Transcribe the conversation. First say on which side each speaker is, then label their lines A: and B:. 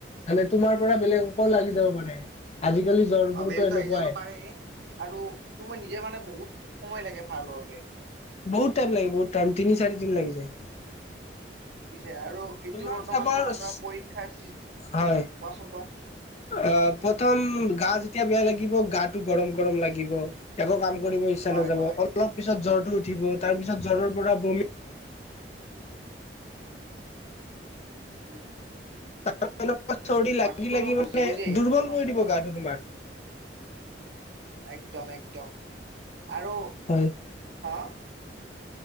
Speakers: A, on the left; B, on the right.
A: মানে তোমাৰ পৰা বেলেগ অকল লাগি যাব পাৰে। আজিকালি জ্বৰবোৰতো
B: অ, বেহুতো
A: এনেকুৱাই
B: আহি যা পাৰে আৰু তোৰ মই নিজে মানে বহুত সময় লাগে ভাৰ লোৱাতেৱ
A: বহুত তাইম লাগে বহুত ম, তিনি, চাৰে তিনি লাগি যায়।
B: পিছে আৰু এইটো
A: তোমাৰ
B: বৰ্তমান
A: চাপজ
B: তোমাৰ ধৰা পৰীক্ষাৰ কোৱাচোন,
A: হয়
B: কোৱা।
A: অ,
B: কোৱাচোন
A: প্ৰথম গা যেতিয়া বেয়া লাগিব গাটো গৰম, গৰম লাগিব একৌ কাম কৰিব ইচ্ছা
B: হয়
A: নাযাব,
B: হয়
A: অলপ পিছত জ্বৰটো উঠিব,
B: উম
A: তাৰ পিছত জ্বৰৰ পৰা <inaudible>
B: উম।
A: তাৰ চৰ্দি লাগি,
B: মাতটো অলপ
A: লাগি
B: বুজি
A: মানে
B: বুজি আহি আছে
A: দুৰ্বল
B: তোমাৰ
A: কৰি দিব গাটো তোমাক।
B: একদম, একদম আৰু
A: হয়
B: হা